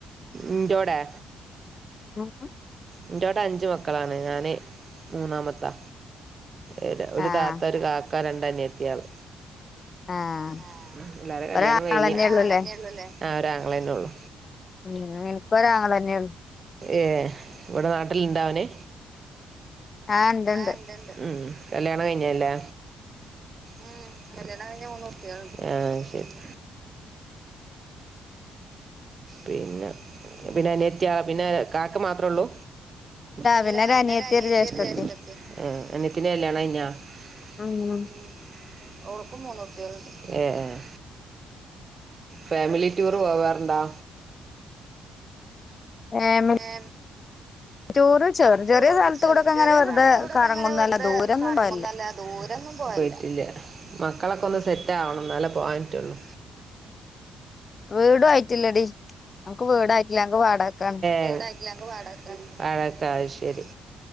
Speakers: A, on the right; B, on the left.
A: ഇന്റോടെ
B: <unintelligible>
A: ഇന്റോടെ അഞ്ച് മക്കളാണ് ഞാന് മൂന്നാമത്താ ഏഹ് ഒരു
B: ആഹ്
A: താത്ത, ഒരു കാക്ക, രണ്ട് അനിയത്തിയാള്,
B: ആഹ്
A: ആഹ് എല്ലാരെ കല്യാണും
B: ഒരാങ്ങളെന്നെ
A: കഴിഞ്ഞ് ഒരാങ്ങളെന്നെ
B: ഉള്ളൂല്ലേ
A: ഒള്ളൂ ല്ലേ ആഹ് ഒരാങ്ങളന്നെ ഒള്ളു
B: ഉം ഇൻക്ക് ഒരാങ്ങളെന്നെയൊള്ളു
A: ഏഹ് ഇവടെ നാട്ടില്ണ്ടോ ഓന്
B: ആഹ് ഇണ്ട്ണ്ട്
A: ആണ്ട്ണ്ട് കല്യാണം കഴിഞ്ഞതല്ലേ? ഉം കല്യാണം കഴിഞ്ഞ് മൂന്ന് കുട്ട്യോള് ഇണ്ട് പിന്നെ പിനനിയത്യാ പിന്നെ കാക്ക മാത്ര ഒള്ളൂ അല്ല
B: പിന്നെ ഒരു
A: പിന്നൊരു
B: അനിയത്തി
A: അനിയതിം
B: ജ്യേഷ്ഠത്തി
A: ഒരു ജേഷ്ഠതിം ആ അനിയത്തിന്റെ കല്യാണം കഴിഞ്ഞാ
B: ഉം
A: ഉ ഓൾക്കും മൂന്ന് കുട്യോൾണ്ട് ഏ ഏ ഫാമിലി റ്റുറ് പോവാറുണ്ടാ
B: ഫാമിലി
A: ഏ
B: ടൂറ് ചെറു
A: റ്റുർ
B: ചെറിയ സ്ഥലത്ത്
A: ചെർ
B: കൂടൊക്കെ അങ്ങനെ
A: ചെറിയ
B: വെറുതെ
A: സ്ഥലത്ത് കൂടെക്കെങ്ങനെ
B: കറങ്ങുന്നല്ല
A: വെറുതെ
B: ദൂരൊന്നും
A: കറങ്ങൊന്നുംതെ
B: പോവലില്ല
A: ഇത്വറെന്നും പോയിട്ടില്ല. മക്കളൊക്കെ ഒന്ന്
B: ഉം
A: സെറ്റാവണം ന്നാലെ പോവാനറ്റുള്ളൂ
B: ഉ വീടും ആയിട്ടില്ലടി മ്ക്ക് വീട് ആയിട്ടില്ല ഞമ്ക് വാടകക്കാൺ
A: വീട് ആയിട്ടില്ല ഞമ്ക് വാടകക്കാൺ. വടാക്കാ അഹ്ശരി